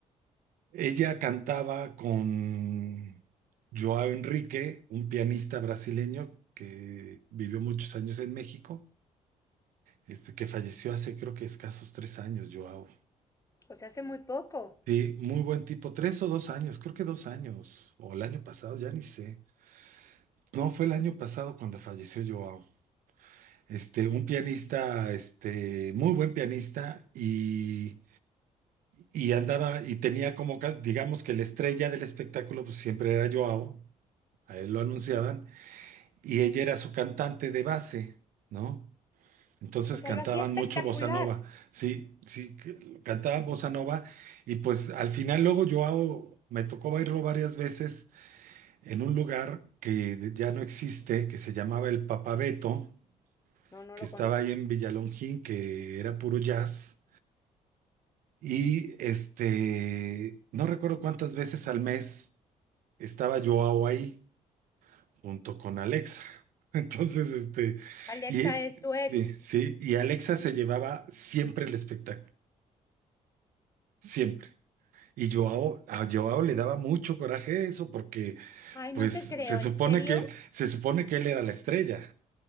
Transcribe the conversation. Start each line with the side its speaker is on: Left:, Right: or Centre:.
Right: ella cantaba con Joao Enrique, un pianista brasileño que vivió muchos años en México este, que falleció hace creo que escasos tres años, Joao.
Left: ¿O Pues hace muy poco.
Right: Sí, muy buen tipo, tres o dos años, creo que dos años, o el año pasado, ya ni sé. No, fue el año pasado cuando falleció Joao. Este, un pianista, este, muy buen pianista y, y andaba y tenía como, ca- digamos que la estrella del espectáculo, pues siempre era Joao, a él lo anunciaban, y ella era su cantante de base, ¿no? Entonces
Left: O sea,
Right: cantaban
Left: lo hacía espectacular.
Right: mucho bossa nova, sí, sí, que- cantaban bossa nova y pues al final luego yo hago- me tocó bailar varias veces en un lugar que ya no existe, que se llamaba el Papabeto,
Left: No, no
Right: que
Left: lo
Right: estaba
Left: conozco.
Right: ahí en Villalongín, que era puro jazz y este, no recuerdo cuántas veces al mes estaba yo ahí junto con Alexa. <laughs> Entonces, este,
Left: Alexa
Right: y
Left: es tu ex.
Right: sí, sí, y Alexa se llevaba siempre el espectáculo. Siempre. Y Joao, a Joao le daba mucho coraje eso porque
Left: Ay,
Right: pues
Left: no te creo,
Right: se supone
Left: ¿en serio?
Right: que se supone que él era la estrella.